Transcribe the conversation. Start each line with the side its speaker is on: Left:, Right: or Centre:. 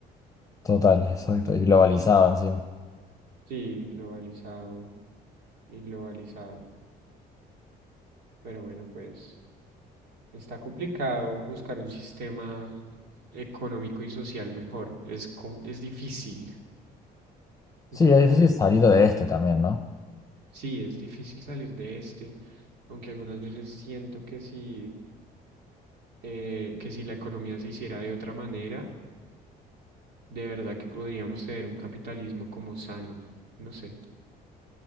Left: Total, exacto. Y globalizado encima.
Right: sí, globalizado y globalizado, pero bueno, pues. Está complicado buscar un sistema económico y social mejor. Es, com- es difícil.
Left: Sí,
Right: Es dif-
Left: es difícil salir de este también, ¿no?
Right: sí, es difícil salir de este, aunque algunas veces siento que si, eh, que si la economía se hiciera de otra manera, de verdad que podríamos tener un capitalismo como sano. No sé,